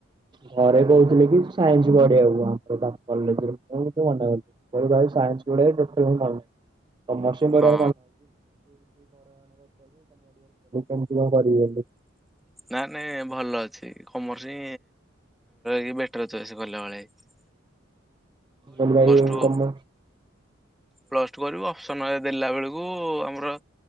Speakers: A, on the right (about 25°); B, in the centre.
A: ଘରେ କହୁଥିଲେ କି ସାଇନ୍ସ ପଢ଼ିବାକୁ ଆମର ବାପା <unintelligible> ମନା କରିଦେଲି। ମୋର ଭାଇ ସାଇନ୍ସ ପଢ଼ିବାରେ ଟୋଟାଲି ହଉନେଇ କମର୍ସ <unintelligible>
B: ହଁ
A: କେମିତି କଣ କରିବି ବୋଲି।
B: ନା ନାଇଁ ଭଲ ଅଛି କମର୍ସ ହିଁ ବେଟର ଚଏସ କଲା ଭଳିଆ ହେଇଚି।
A: ଗଲୁ ଭାଇ
B: ଟୁ
A: କମର୍ଶ
B: ପ୍ଲସ ଟୁ କରିବ ଅପସନ ରେ ଦେଲା ବେଳକୁ ଆମର